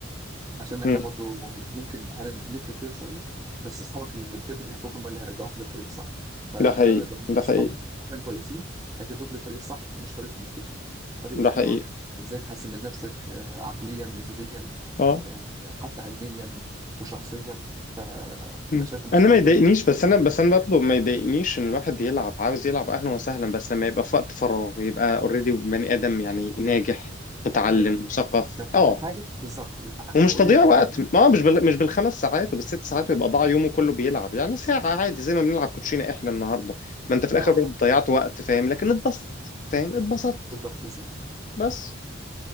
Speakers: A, on the right (about 20°); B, on the left (about 40°).
A: عشان احنا
B: أمم.
A: برضو ممكن هنفلت كده شويه بس اصحابك اللي بجد بيحبوك هم اللي هيرجعوك للطريق الصح فلو
B: ده حقيقي
A: معاك
B: ده حقيقي
A: صحاب فعلا كويسين هيفيدوك للطريق الصح مش طريق بلاي ستيشن طريق
B: ده
A: لا
B: حقيقي
A: ان هو ازاي تحسن من نفسك آه، عقليا جسديا
B: اه
A: آه، حتى علميا وشخصيا فانا
B: مم.
A: شايف ان الصحاب
B: انا ما يضايقنيش
A: دول
B: بس انا بس انا برضه ما يضايقنيش ان الواحد يلعب عاوز يلعب اهلا وسهلا بس لما يبقى في وقت فراغ يبقى اوريدي بني ادم يعني ناجح متعلم
A: حاجه
B: مثقف
A: نلحق
B: اه
A: حاجه بالظبط نلحق حاجه
B: ومش
A: قريبه
B: تضييع وقت
A: مني.
B: ما هو مش بال... مش بالخمس ساعات وبالست ساعات ويبقى ضاع يومه كله بيلعب يعني ساعة عادي زي ما بنلعب كوتشينة احنا النهارده ما انت
A: بالظبط
B: في الاخر برضه ضيعت وقت فاهم لكن اتبسطت فاهم اتبسطت
A: بالظبط بالظبط
B: بس